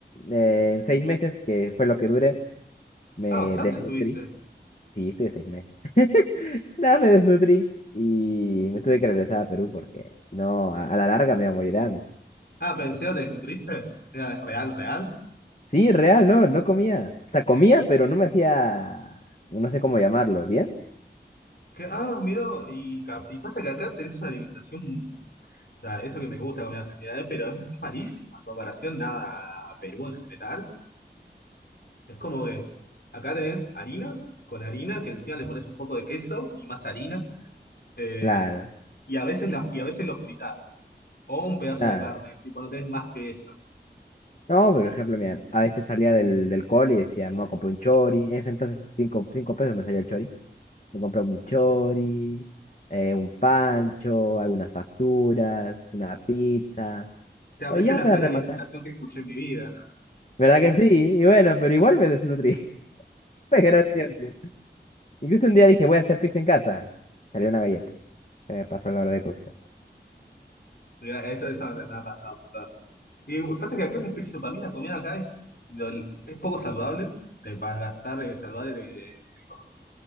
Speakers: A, on the left (about 45°); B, on the left (about 60°).
A: eh, en seis meses, que fue lo que duré, me
B: Ah, bastante
A: desnutrí.
B: estuviste.
A: Sí, estuve seis meses. Nada, me desnutrí y me tuve que regresar a Perú porque si no, a, a la larga me iba a morir de hambre.
B: Ah, pensé, ¿te desnutriste? Era es real, real.
A: Sí, real, no, no comía. O sea, comía, pero no me hacía, no sé cómo llamarlo, ¿bien?
B: Que, ah, mirá, y, ca- y pasa que acá tenés una alimentación, o sea, eso que me gusta comer argentina, eh, pero es, es malísima en comparación nada a Perú en general. Es como que acá tenés harina, con harina, que encima le pones un poco de queso y más harina, eh,
A: Claro.
B: y a veces la, y a veces lo fritás, o un pedazo
A: Ah,
B: de carne, tipo no tenés más que eso.
A: no, por ejemplo, mira, a veces salía del, del cole y decía, me voy a comprar un chori. En ese entonces, cinco, cinco pesos me salía el chori. Me compré un chori, eh, un pancho, algunas facturas, una pizza.
B: Te
A: O
B: veces
A: ya
B: la
A: para
B: peor
A: rematar.
B: alimentación que escuché en mi vida.
A: ¿Verdad que sí? Y bueno, pero igual me desnutrí. <laughs> Fue gracioso. Incluso un día dije, voy a hacer pizza en casa. Salió una galleta. Se me pasó la hora de cocción.
B: Mirá, Eso, eso me, me ha pasado un montón. Y pasa que acá, la- eso, para mí la comida acá es, lo- es poco saludable, te para gastar de saludable. te- te comes.